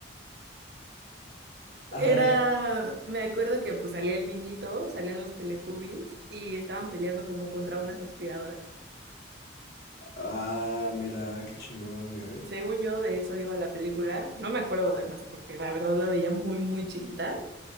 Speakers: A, on the left; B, on the right.
A: Ajá.
B: era, me acuerdo que pues salía el niñito, salían los Teletubbies y estaban peleando como contra unas aspiradoras.
A: Ah, mira, qué chingón, ¿eh?
B: Según yo, de eso iba la película. No me acuerdo de más porque la verdad la veía muy, muy chiquita.